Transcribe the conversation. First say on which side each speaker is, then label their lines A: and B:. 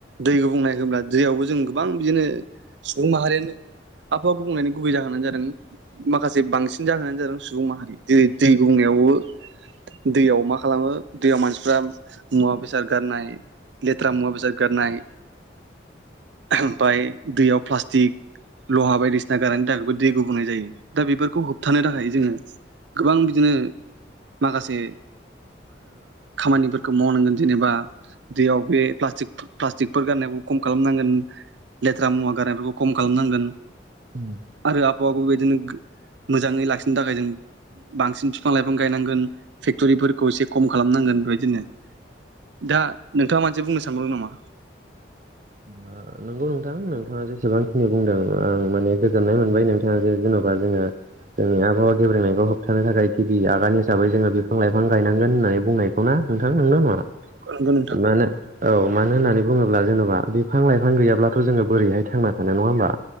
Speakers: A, on the right; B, on the right.
A: दै गुबुंनाय होमब्ला दैयावबो जों गोबां बिदिनो सुबं माहारीयानो आबा बुंनायनि गुबै जाहोनानो जादों माखासे बांसिन जाहोनानो जादों सुबुं माहारि दै दै गंनायावबो दैयाव मा खालामो दैयाव मानसिफ्रा मुवा बेसाद गारनाय लेथ्रा मुवा बेसाद गारनाय ओफाय दैयाव प्लास्टिक लहा बायदिसिना गारनायनि थाखायबो दै गुबुंनाय जायो, दा बेफोरखौ होबथानो थाखाय जोङो गोबां बिदिनो माखासे खामानिफोरखौ मावनांगोन जेनेबा दैयाव बे प्लास्टिकफोर गारनायबो खम खालामनांगोन लेथ्रा मुवा गारनायफोरखौ खम खालामनांगोन।
B: <inaudible>
A: आरो आबहावाखौ बेदिनो मोजाङै लाखिनो थाखाय जों बांसिन बिफां लाइफां गायनांगोन फेक्ट'रिफोरखौ एसे खम खालामनांगोन बेबायदिनो दा मानसे बुंनो सानदों नामा?
B: <inaudible> नंगौ नोंथां नोंथाङा जेसेबांखिनि बुंदों आं माने गोजोननाय मोनबाय नोंथाङा जे जेन'बा जोङो जोंनि आबहावा गेब्रेनायखौ होबथानो थाखाय गिबि आगान हिसाबै जोङो बिफां लाइफां गायनांगोन होननानै बुंनाय <unintelligible> नङा मानो औ
A: नंगौ नोंथां
B: मानो होननानै बुङोब्ला जेन'बा बिफां लाइफां गैयाब्लाथ' जोङो बोरैहाय थांना थानो नङा होमबा?